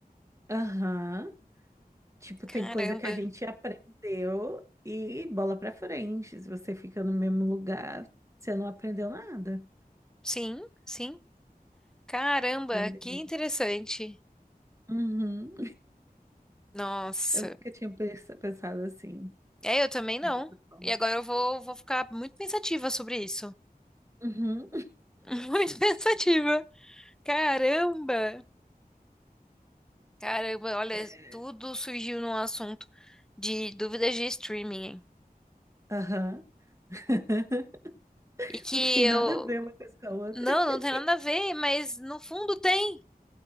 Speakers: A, on the right (about 20°); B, in the centre.
A: Aham. Tipo, tem
B: Caramba.
A: coisa que a gente aprendeu e bola pra frente. Se você fica no mesmo lugar, você não aprendeu nada.
B: Sim, sim. Caramba,
A: Doideira.
B: que interessante.
A: Uhum.
B: Nossa.
A: Eu nunca tinha pens- pensado assim,
B: É, eu também não.
A: dessa forma.
B: E agora eu vou, vou ficar muito pensativa sobre isso.
A: Uhum.
B: <laughs> Muito pensativa. Caramba. Caramba, olha,
A: É.
B: tudo surgiu num assunto de dúvidas de streaming.
A: Aham. <laughs>
B: E que
A: Não tem
B: eu.
A: nada a ver uma coisa com a outra.
B: Não,
A: <laughs>
B: não tem nada a ver, mas no fundo tem.